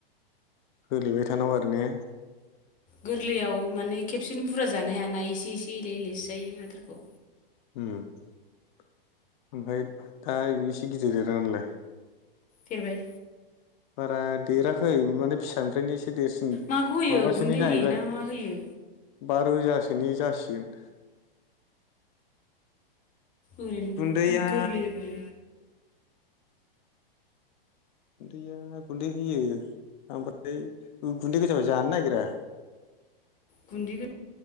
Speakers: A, on the left (about 55°); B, on the left (about 25°).
A: होलेबाय थानांगौ आरो ने?
B: गोरलैयाव माने खेबसेनो बुरजा जानो हायाना एसे एसे एले एलेसो जायो आदारखौ।
A: ओम ओमफ्राय दा बेसे गिदिर देरो नायालाय?
B: देरबाय।
A: बारा देराखै माने फिसानिफ्रायनो इसे। देरसिन
B: माखौ होयो
A: माबासोनि
B: गुन्दै
A: जाहैबाय
B: होयो ना मा होयो
A: बा रोजा सोनि जासिगोन।
B: ओरैनो
A: गुन्दैया
B: गोरलैबो।
A: गुन्दैया गुन्दै होयो ओमफ्राय गुन्दै गोजाबा जानो नागिरा।
B: गुन्दैगो